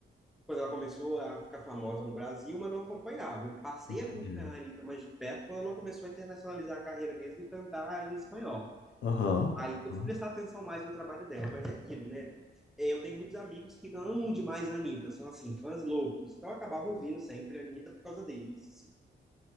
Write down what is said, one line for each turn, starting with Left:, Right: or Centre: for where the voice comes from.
Centre: Quando ela começou a ficar famosa no Brasil, mas não acompanhava. Eu passei
Left: Entendi.
Centre: a acompanhar a Anitta mais de perto quando ela começou a internacionalizar a carreira mesmo e cantar em espanhol.
Left: Aham.
Centre: Aí que
Left: aham,
Centre: eu fui prestar atenção mais no trabalho dela, mas é aquilo, né? É, Eu tenho muitos amigos que amam demais a Anitta, são assim, fãs loucos. Então eu acabava ouvindo sempre a Anitta por causa deles. assim.